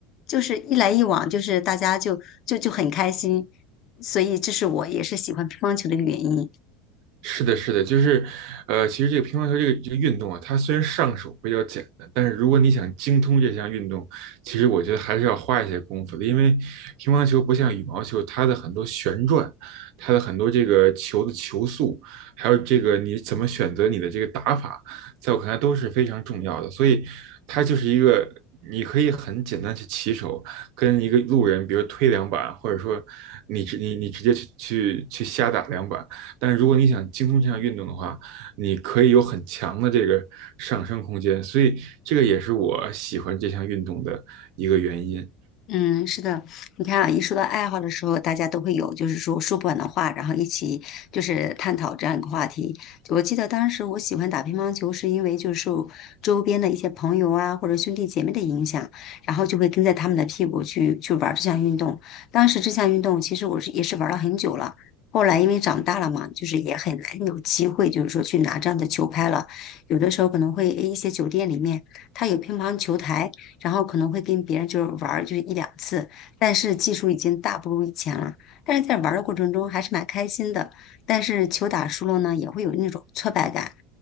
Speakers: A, on the left (about 40°); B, on the right (about 60°).
A: 就是一来一往，就是大家就就就很开心，所以这是我也是喜欢乒乓球的一个原因。
B: 是的，是的，就是，呃，其实这个乒乓球这个这个运动啊，它虽然上手比较简单，但是如果你想精通这项运动，其实我觉得还是要花一些功夫的，因为乒乓球不像羽毛球，它的很多旋转，它的很多这个球的球速，还有这个你怎么选择你的这个打法，在我看来都是非常重要的，所以它就是一个你可以很简单去起手，跟一个路人，比如推两板，或者说你直你你直接去去去瞎打两板。但是如果你想精通这项运动的话，你可以有很强的这个上升空间，所以这个也是我喜欢这项运动的一个原因。
A: 嗯，是的，你看啊，一说到爱好的时候，大家都会有就是说说不完的话，然后一起就是探讨这样一个话题。我记得当时我喜欢打乒乓球，是因为就是受周边的一些朋友啊或者兄弟姐妹的影响，然后就会跟在他们的屁股去去玩这项运动。当时这项运动其实我是也是玩了很久了，后来因为长大了嘛，就是也很难有机会就是说去拿这样的球拍了。有的时候可能会诶一些酒店里面它有乒乓球台。然后可能会跟别人就是玩儿就是一两次，但是技术已经大不如以前了。但是在玩儿的过程中还是蛮开心的，但是球打输了呢，也会有那种挫败感。